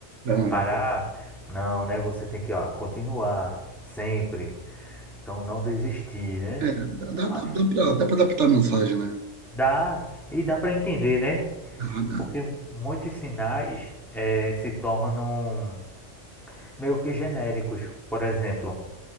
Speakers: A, on the right; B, in the centre.
A: ah,
B: Parar, não, né? Você tem que, ó, continuar sempre. Então não desistir, né?
A: é, dá,
B: Então,
A: dá, dá,
B: Acho
A: dá
B: que
A: pra, dá pra adaptar a mensagem, né?
B: dá e dá para entender, né?
A: Ah, dá.
B: Porque muitos sinais eh, se tornam meio que genéricos. Por exemplo,